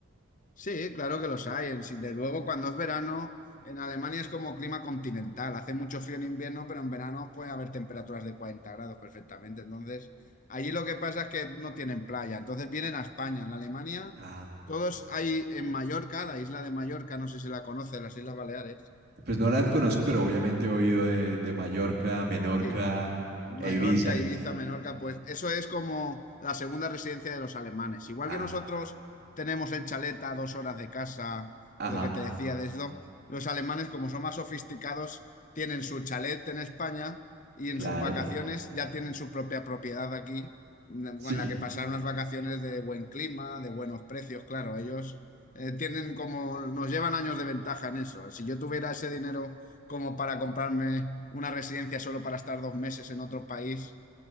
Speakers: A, on the left (about 35°); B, on the right (about 50°).
A: sí, claro que los hay. En- sí, De luego, cuando es verano, en Alemania es como clima continental. Hace mucho frío en invierno, pero en verano puede haber temperaturas de 40 grados perfectamente. Entonces, allí lo que pasa es que no tienen playa. Entonces vienen a España. En Alemania,
B: Ah,
A: todos hay en Mallorca, la isla de Mallorca, no sé si la conoce, las Islas Baleares.
B: pues no las conozco, pero obviamente he oído de, de Mallorca, Menorca
A: Sí, Mallorca,
B: e Ibiza.
A: Ibiza, Menorca, pues eso es como la segunda residencia de los alemanes. Igual
B: Ah,
A: que nosotros tenemos el chalet a dos horas de casa,
B: ajá,
A: lo que te decía de esto, los alemanes, como son más sofisticados, tienen su chalet en España y en
B: claro.
A: sus vacaciones ya tienen su propia propiedad aquí, con
B: Sí,
A: la que pasar unas vacaciones de buen clima, de buenos precios. Claro, ellos eh, tienen como, nos llevan años de ventaja en eso. Si yo tuviera ese dinero como para comprarme una residencia solo para estar dos meses en otro país.